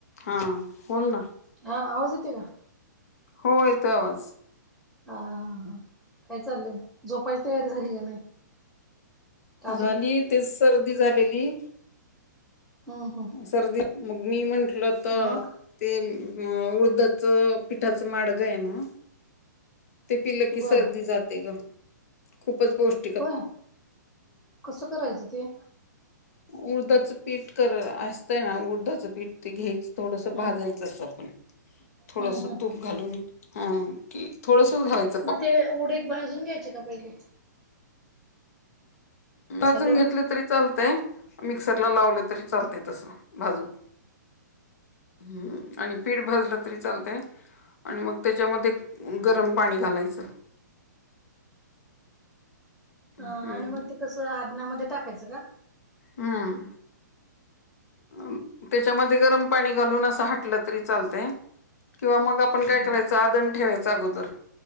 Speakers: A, on the left; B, in the centre.
A: हा बोल ना
B: हा आवाज येते का?
A: हो येतोय
B: हा
A: आवाज.
B: हा हा काय चाललंय झोपायची तयारी झाली का नाही? का
A: घाली तेच सर्दी झालेली.
B: हा हो.
A: सर्दी मग मी म्हटलं तर
B: मग
A: ते म उडदाचं पिठाचं माडगं आहे ना ते पिलं की
B: बर
A: सर्दी जाते गं खूपच पोष्ट
B: होय कसं करायचं ते.
A: उडदाचं पीठ कर असतंय ना उडदाचं पीठ ते घ्यायच थोडसा
B: हम्म
A: भाजायचं असं आपण
B: हम्म
A: थोडसा
B: हम्म
A: तूप घालून हा कि थोडसच घालायच.
B: म ते उडीद भाजून घ्यायचे का पहिले?
A: भाजून
B: हॅलो
A: घेतले तरी चालतय मिक्सरला लावलं तरी चालतय तसं भाजून. हम्म आणि पीठ भजलं तरी चालतंय आणि मग त्याच्यामध्ये गरम पाणी घालायचं. हम्म
B: आणि म ते कसं आप ऊनामध्ये टाकायचं का?
A: हम्म. अम्म तेच्यामध्ये गरम पाणी घालून असं हाटलं तरी चालतय किंवा मग आप पण काय
B: हम्म
A: करायचं आदन ठेवायचा अगोदर